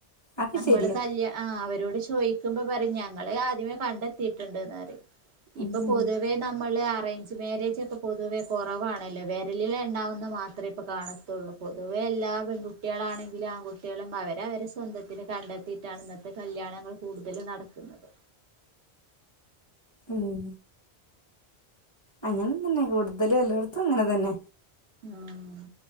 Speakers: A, on the left; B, on the right.
A: അത്
B: നമ്മള്
A: ശരിയാ
B: കല്യാ ആഹ് അവരോട് ചോയിക്കുമ്പം പറയും ഞങ്ങള് ആദ്യമേ കണ്ടെത്തിയിട്ട്ണ്ട്ന്ന് പറയും
A: ഉം
B: ഇപ്പൊ പൊതുവേ
A: ഉം
B: നമ്മള് അറേഞ്ച് മാരേജ് ഒക്കെ പൊതുവേ കൊറവാണല്ലോ വെരലിലെൺ ണ്ണാവുന്ന മാത്രേ ഇപ്പൊ കാണത്തുള്ളൂ പൊതുവേ എല്ലാ ല്ലാ പെൺകുട്ടികളാണെങ്കിലും ആൺകുട്ടികളും അവര് അവരെ സ്വന്ത ത്തിന് കണ്ടെത്തിയിട്ടാണ് ഇന്നത്തെ കല്യാണങ്ങള് കൂടുതലും നടക്കുന്നത്
A: ഉം അങ്ങനെ തന്നെ കൂടുതലും എല്ലോടത്തും അങ്ങനെ തന്നെ
B: ആഹ്